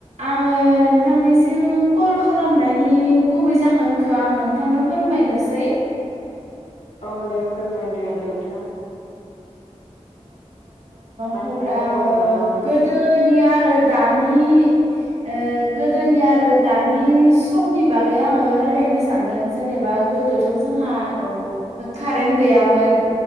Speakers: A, on the right (about 65°); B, on the left (about 80°).
A: आंङो नोंथांनिसिम कल खालामनायनि गुबै जाहोनखौ आं नोंथांनो फोरमायनोसै
B: औ दे फोरमायदो नोंथां। मानि
A: हब्ला
B: थाखाय
A: आंङो
B: कल खालामामोन
A: गोदोनि आरो दानि ओ गोदोनि आरो दानि समनि बागै आंङो रायजलायनो सानदों जेनेबा गोदोथ' जोंहा
B: औ
A: कारेन गैयामोन